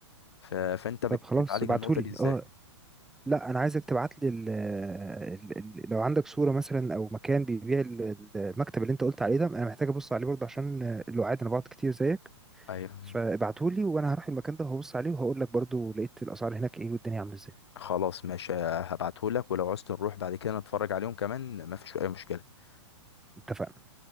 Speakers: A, on the left (about 60°); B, in the centre.
A: ف... فانت بت...
B: طب خلاص
A: بتعالج
B: ابعتهولي
A: النقطة دي ازاي
B: اه لا انا عايزك تبعت لي ال ال- ال- لو عندك صورة مثلا او مكان بيبيع ال- المكتب اللي انت قلت عليه ده انا محتاج ابص عليه برضه عشان اللي انا بقعد كتير زيك
A: ايوه
B: فابعتهولي وانا هروح المكان ده وهبص عليه وهقول لك برضه لقيت الاسعار هناك ايه والدنيا عاملة ازاي
A: خلاص ماشي هبعتهولك ولو عوزت نروح بعد كده نتفرج عليهم كمان مفيش اي مشكلة
B: اتفقنا